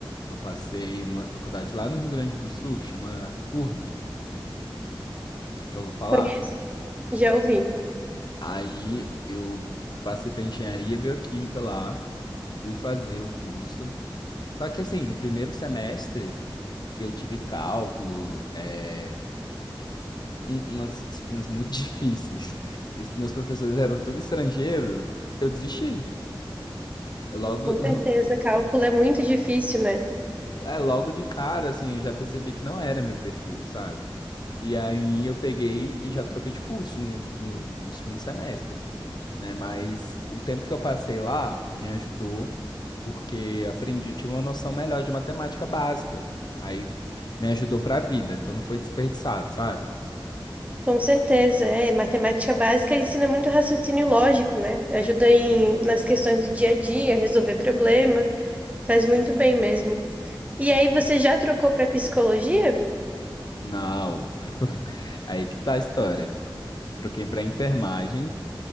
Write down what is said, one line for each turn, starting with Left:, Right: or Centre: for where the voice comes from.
Left: Eu passei numa faculdade lá no Rio Grande do Sul, chama FURG, eu vou falar.
Right: conheço. Já ouvi.
Left: Aí eu passei para engenharia bioquímica lá, fui fazer o curso. Só que assim, no primeiro semestre que eu tive cálculo, é, um- umas disciplinas muito <laughs> difíceis, e os meus professores eram tudo estrangeiro, eu desisti. Eu logo,
Right: Com certeza,
Left: <laughs>
Right: cálculo é muito difícil, né?
Left: é, logo de cara, assim, eu já percebi que não era meu perfil, sabe? E aí eu peguei e já troquei de curso no, no, no segundo semestre. né? Mas o tempo que eu passei lá me ajudou, porque aprendi, tive uma noção melhor de matemática básica. Aí me ajudou para a vida, então não foi desperdiçado, sabe?
Right: Com certeza, é. Matemática básica ensina muito raciocínio lógico, né? Ajuda em, nas questões do dia a dia, resolver problema. Faz muito bem mesmo. E aí, você já trocou para psicologia?
Left: Não. <laughs> Aí que tá a história. Troquei para enfermagem,